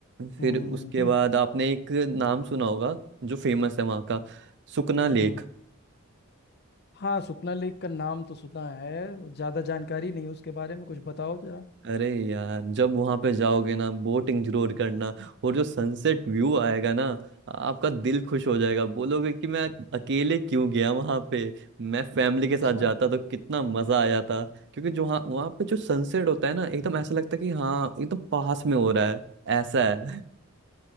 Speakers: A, on the left (about 50°); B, on the right (about 55°).
A: हम्म
B: फिर उसके
A: हम्म
B: बाद आपने एक नाम सुना होगा जो फेमस है वहाँ का सुकना लेक
A: हम्म। हाँ सुखना लेक का नाम तो सुना है ज्यादा जानकारी नहीं उसके बारे में कुछ बताओ जरा
B: अरे यार जब वहां पे जाओगे ना बोटिंग जरूर करना और जो सनसेट व्यू आएगा ना आपका दिल खुश हो जाएगा बोलोगे कि मैं अकेले क्यों गया वहां पे मैं फैमिली
A: अच्छा
B: के साथ जाता तो कितना मजा आया था क्योंकि जो वहाँ वहाँ पे जो सनसेट होता है ना एकदम ऐसा लगता है कि हाँ एकदम पास में हो रहा है ऐसा है